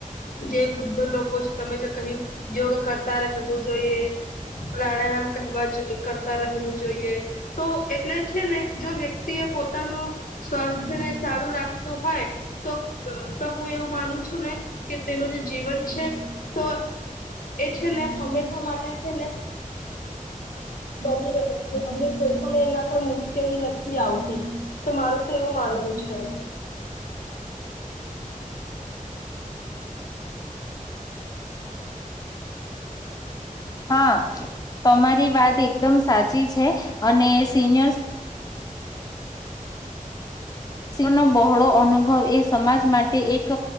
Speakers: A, on the left; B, on the left.
A: જે વૃદ્ધ લોકો છે તમે જે ક યોગ કરતા રહેવું જોઈએ. પ્રણા નામ કહેવા જ કરતા રહેવું જોઈએ. તો એટલે છે ને જો વ્યક્તિ એ પોતાનુ સ્વાસ્થ્ય ને સારું રાખતું હોય. તો તો હુ એવુ માનુ છુને, કે તેનું જે જીવન છે તો એ છેને હંમેશા માટે છેને. બની રહ્યો છે અને કોઈ પણ એના પર મુશ્કેલી નથી આવતી તો મારું તો એવું માનવું છે.
B: હા તમારી વાત એકદમ સાચી છે, અને સિનિયર્સ શણ નો બહોળો અનુભવ એ સમાજ માટે એક